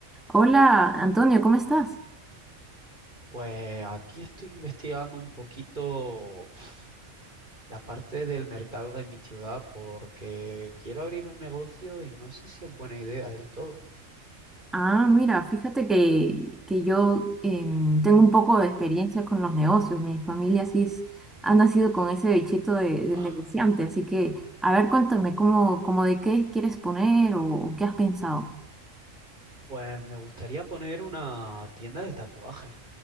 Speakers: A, in the centre; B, on the right.
A: Hola, Antonio, ¿cómo estás?
B: Pues aquí estoy investigando un poquito uf, la parte del mercado de mi ciudad porque quiero abrir un negocio y no sé si es buena idea del todo.
A: Ah, mira, fíjate que, que yo em, tengo un poco de experiencia con los negocios. Mi familia sí es, ha nacido con ese bichito de, de
B: Ah,
A: negociante, así que, a ver, cuéntame, ¿cómo, cómo de qué quieres poner o, o qué has pensado?
B: Pues me gustaría poner una tienda de tatuajes,